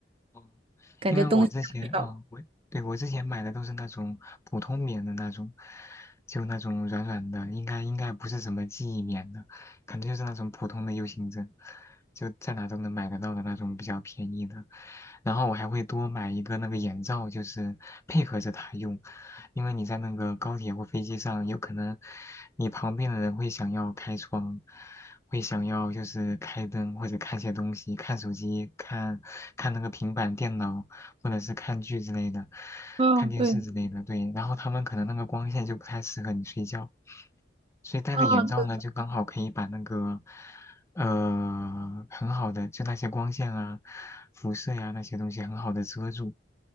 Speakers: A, on the left; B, on the right.
A: 哦，
B: 感觉东西也不少。
A: 因为我之前啊、呃我对我之前买的都是那种普通棉的那种，就那种软软的，应该应该不是什么记忆棉的，肯定就是那种普通的 U 型枕，就在哪都能买得到的那种比较便宜的。然后我还会多买一个那个眼罩，就是配合着它用，因为你在那个高铁或飞机上，有可能你旁边的人会想要开窗，会想要就是开灯或者看些东西，看手机，看看那个平板电脑，或者是看剧之类的，
B: 嗯，
A: 看电视之类的。
B: 对，
A: 对，然后他们可能那个光线就不太适合你睡觉，所以戴个眼罩呢，
B: 啊，对
A: 就刚好可以把那个呃很好的就那些光线啊、辐射呀、那些东西很好的遮住。